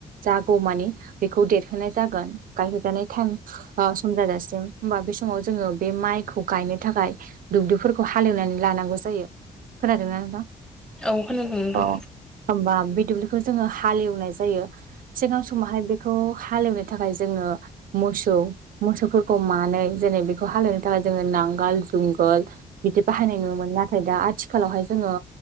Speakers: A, on the right; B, in the centre.
A: जागौ मानि बेखौ देरहोनाय जागोन गायहोजानाय टाइम ओ सम जाजासिम होमबा बे समाव जोङो बे माइखौ गायनो थाखाय दुब्लिफोरखौ हालेवनानै लानांगौ जायो खोनादों ना नोंथां
B: औ खोनादों नोंथां
A: औ होनबा बे दुब्लिखौ जोङो हालेवनाय जायो सिगां समावहाय बेखौ हलेवनो थाखाय जोङो मोसौ <unintelligible> मोसौफोरखौ मानै जेरै बेखौ हालेवनो थाखाय जोङो नांगाल जुंगाल बिदि बाहाय नुयोमोन नाथाय दा आथिखालावहाय जोङो